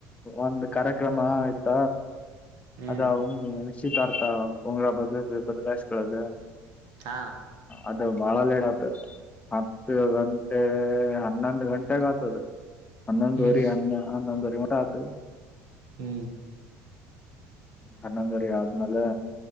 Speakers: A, on the left; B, on the right.
A: ಒಂದು ಕಾರ್ಯಕ್ರಮ ಇತ್ತ
B: ಹ್ಮ್
A: ಅದು <unintelligible> ನಿಶ್ಚಿತಾರ್ತ ಉಂಗರ ಬದ ಬದಲಾಯಿಸಕಳದ.
B: ಹ
A: ಅದು ಬಾಳ ಲೇಟ್ ಆಗ್ತದೆ ಹತ್ತು ಗಂಟೆ. ಹನ್ನೊಂದ ಗಂಟೆಗ ಆಗ್ತದೆ ಹನ್ನೊಂದುವರಿ
B: ಹ್ಮ್
A: ಹನ್ಯ ಹನ್ನೊಂದುವರಿ <unintelligible> ಆತು.
B: ಹ್ಮ
A: ಹನ್ನೊಂದವರಿ ಆದ್ಮೇಲೆ